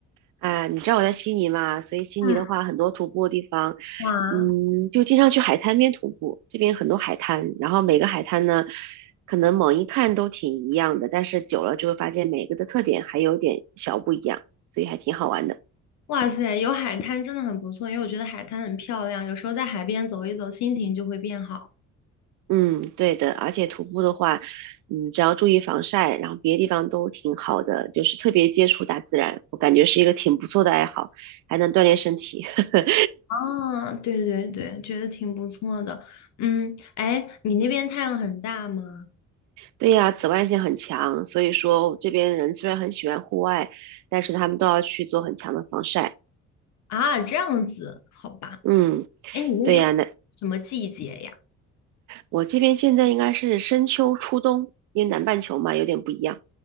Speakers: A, on the right; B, on the left.
A: 啊，你知道我在悉尼嘛，所以悉尼的话，
B: 嗯，
A: 很多徒步的地方，
B: 哇
A: 嗯，就经常去海滩边徒步。这边很多海滩，然后每个海滩呢，可能猛一看都挺一样的，但是久了就会发现每个的特点还有点小不一样，所以还挺好玩的。
B: 哇塞，有海滩真的很不错，因为我觉得海滩很漂亮，有时候在海边走一走，心情就会变好。
A: 嗯，对的，而且徒步的话，嗯，只要注意防晒，然后别的地方都挺好的，就是特别接触大自然，我感觉是一个挺不错的爱好，还能锻炼身体。<laughs>
B: 啊，对对对，觉得挺不错的。嗯，哎，你那边太阳很大吗？
A: 对呀，紫外线很强，所以说这边人虽然很喜欢户外，但是他们都要去做很强的防晒。
B: 啊，这样子，好吧。
A: 嗯，
B: 哎，你那边什么季节呀？
A: 对呀，那我这边现在应该是深秋初冬，因为南半球嘛有点不一样。